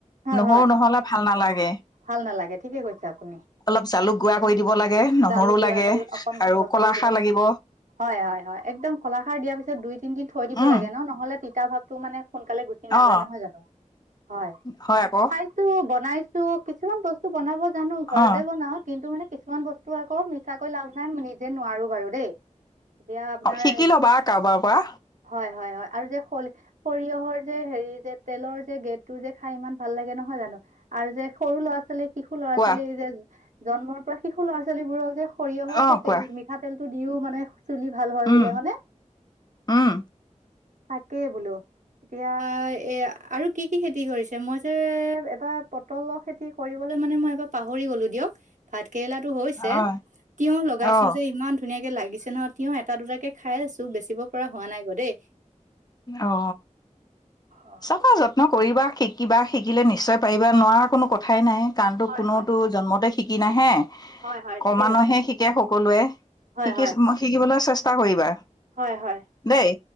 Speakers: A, on the right; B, on the left.
A: হয়
B: নহৰু
A: হয়
B: নহলে ভাল নালাগে
A: ভাল নালাগে ঠিকে কৈছে আপুনি
B: অলপ জালুক গুড়া কৰি দিব লাগে নহৰু
A: জালুক গুড়া
B: লাগে
A: কৰি অকন
B: আৰু
A: মচলা
B: কলাখাৰ
A: চচলা দিবলে
B: লাগিব
A: হয় হয় হয় একদম কলাখাৰ দিয়াৰ পিছত দুই তিন দিন থৈ দিব
B: উম
A: লাগে ন নহলে তিতা ভাৱটো মানে সোনকালে গুচি নাযায়
B: অ
A: নহয় জানো? হয়
B: হয় আকৌ
A: খাইছো বনাইছো। কিছুমান বস্তু বনাব জানো ঘৰতে
B: অ
A: বনাও কিন্তু মানে কিছুমান বস্তু তো আকৌ মিছাকৈ লাভ নাই নিজে নোৱাৰো বাৰু দেই। এতিয়া আপোনাৰ
B: অ', শিকি ল'বা কাৰোবাৰ পৰা
A: হয় হয় হয় আৰু যে সৰিয়হৰ যে হেৰি যে তেলৰ যে গেটটো যে খাই ইমান ভাল লাগে নহয় জানো? আৰু যে সৰু ল'ৰা ছোৱালী শিশু ল'ৰা
B: কোৱা
A: ছোৱালী যে জন্মৰ পৰা শিশু ল'ৰা ছোৱালীবোৰৰ যে সৰিয়হৰ
B: অ
A: সেই
B: কোৱা
A: তেল মিঠাতেল টো দিও মানে চুলি ভাল হয়
B: উম
A: বোলে হয় নে?
B: উম
A: তাকেই বোলো। এতিয়া এ আৰু কি কি খেতি কৰিছে? মই যে এবাৰ পটলৰ খেতি কৰবলে মানে মই এইবাৰ পাহৰি গলো দিয়ক, ভাত কেৰেলাটো হৈছে,
B: অ
A: তিয়হ লগাইছো
B: অ
A: যে ইমান ধুনীয়াকে লাগিছে নহয় তিয়হ এটা দুটাকে খাই আছো বেচিব পৰা হোৱা নাই ক দেই।
B: অ।
A: অ
B: চপা যত্ন কৰিবা শিকিবা শিকিলে নিশ্চয় পাৰিবা নোৱাৰা কোনো কথাই নাই। কাৰণটো
A: হয়
B: কোনোতো
A: হয় হয়
B: জন্মতে শিকি নাহে
A: হয় হয়
B: কমানুহে
A: ঠিকে কৈছে আপুনি
B: শিকে সকলোৱে।
A: হয়
B: শিকি
A: হয়
B: শিকিবলৈ চেষ্টা কৰিবা
A: হয় হয়
B: দেই